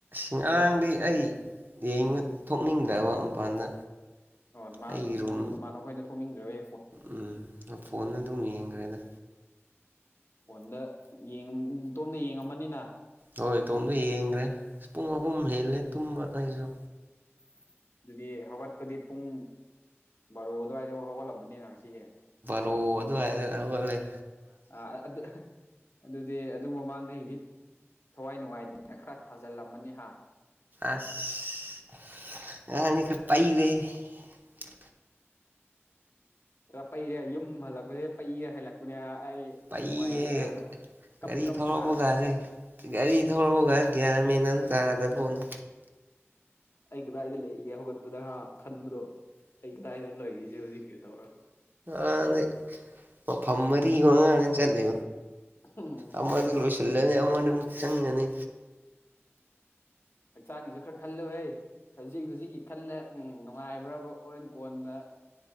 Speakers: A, on the right; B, on the left.
A: ꯑꯉꯥꯡꯗꯤ ꯑꯩꯕ ꯊꯣꯛꯅꯤꯡꯗꯕ ꯃꯄꯥꯟꯗ
B: ꯑ ꯃꯥꯅ
A: ꯑꯩꯒꯤ ꯔꯨꯝ
B: ꯀꯩꯅꯣ ꯃꯥꯅ ꯑꯩꯈꯣꯏꯗ ꯊꯣꯛꯅꯤꯡꯗ꯭ꯔꯕꯦ
A: ꯎꯝ ꯐꯣꯟꯅ ꯑꯗꯨꯝ ꯌꯦꯡꯈ꯭ꯔꯦꯗ
B: ꯐꯣꯟꯗ ꯏꯇꯣꯝꯗ ꯌꯦꯡꯉꯝꯃꯅꯤꯅ
A: ꯍꯣꯏ ꯏꯇꯣꯝꯇꯣ ꯌꯦꯡꯈ꯭ꯔꯦ ꯄꯨꯡ ꯑꯍꯨꯝ ꯍꯦꯜꯂꯦ ꯇꯨꯝꯕ ꯑꯩꯁꯨ
B: ꯑꯁ ꯑꯗꯨꯗꯤ ꯍꯧꯒꯠꯄꯗꯤ ꯄꯨꯡ ꯕꯥꯔꯣ ꯑꯗꯨꯋꯥꯏꯗꯐꯥꯎ ꯍꯧꯒꯠꯂꯝꯕꯅꯤꯅ ꯉꯁꯤꯗꯤ
A: ꯔꯣ ꯑꯗꯨ ꯍꯥꯏꯂꯦ
B: ꯑ ꯑꯗꯨꯗ ꯑꯗꯨꯗꯤ ꯑꯗꯨ ꯃꯃꯥꯡꯗꯩꯗꯤ ꯊꯋꯥꯏ ꯅꯨꯡꯉꯥꯏꯇꯦꯅ ꯈꯔ ꯊꯥꯖꯤꯜꯂꯝꯃꯅꯤ ꯍꯥ
A: ꯑꯁꯈ ꯄꯩꯔꯦ ꯆꯠ
B: ꯈꯔ ꯄꯩꯔꯦ ꯌꯨꯝ ꯍꯜꯂꯛꯄꯁꯤꯗ ꯄꯩꯔꯦ ꯍꯜꯂꯛꯄꯅꯦ ꯑꯩ
A: ꯄꯩꯌꯦ
B: ꯅꯨꯡꯉꯥꯏꯇꯦꯅ ꯀꯞ
A: ꯒꯥꯔꯤ
B: ꯀꯞꯇꯅ
A: ꯊꯧꯔꯛꯄꯒꯁꯦ ꯒꯥꯔꯤ ꯊꯧꯔꯛꯑꯒ ꯒꯤꯌꯥꯔ ꯃꯦꯟ ꯑꯃ ꯆꯥꯗꯕ ꯄꯣꯠꯅꯤ
B: ꯑꯩ ꯀꯗꯥꯏꯗꯤ ꯂꯩꯒ ꯍꯧꯒ ꯂꯄꯗ ꯍꯥ ꯈꯟꯕꯗꯣ ꯑꯩ ꯀꯗꯥꯏꯗ ꯂꯩꯒꯁꯦ ꯍꯧꯖꯤꯛ ꯀꯩ ꯇꯧꯔꯒ
A: ꯑꯅꯤ ꯃ ꯐꯃꯔꯤꯃ ꯉ ꯑꯃꯅꯤ ꯆꯜꯨ
B: ꯑꯣ
A: ꯑꯃꯗꯤ ꯂꯣꯏꯁꯤꯜꯂꯅꯤ ꯑꯃꯅ ꯑꯃꯨꯛ ꯆꯪꯒꯅꯤ
B: ꯍꯛꯆꯥꯡꯒꯤꯁꯨ ꯈꯔ ꯈꯜꯂꯨꯍꯦ ꯍꯧꯖꯤꯛ ꯍꯧꯖꯤꯛꯀꯤ ꯈꯜꯂ ꯎ ꯅꯨꯡꯉꯥꯏꯕ꯭ꯔꯕ ꯑꯣꯔꯦꯟ ꯀꯣꯟꯅ